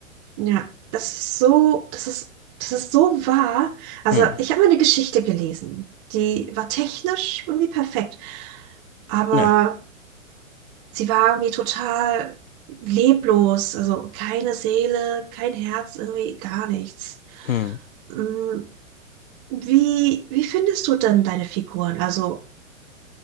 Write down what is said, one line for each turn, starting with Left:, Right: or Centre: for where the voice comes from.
Right: Ja, das ist so, das ist, das ist so wahr. Also,
Left: Hm.
Right: ich habe mal eine Geschichte gelesen, die war technisch irgendwie perfekt, aber.
Left: Ja.
Right: sie war irgendwie total leblos, also keine Seele, kein Herz, irgendwie gar nichts.
Left: Hm.
Right: Mm, Wie, wie findest du denn deine Figuren? Also